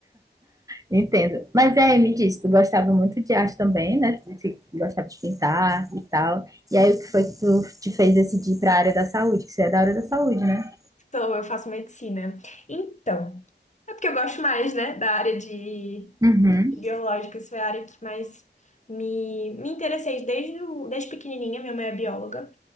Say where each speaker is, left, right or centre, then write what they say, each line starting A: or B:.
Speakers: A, on the right; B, on the left.
A: entendo. Mas é, me disse, tu gostava muito de arte também, né? Tu disse que gostava de pintar e tal. E
B: <laughs>
A: aí, o que foi que tu te fez decidir para a área da saúde? Que você é da área da saúde, né?
B: Então, eu faço medicina. Então, é porque eu gosto mais, né, da área de
A: Uhum.
B: biológicas foi a área que mais me, me interessei desde, o- desde pequenininha. Minha mãe é bióloga.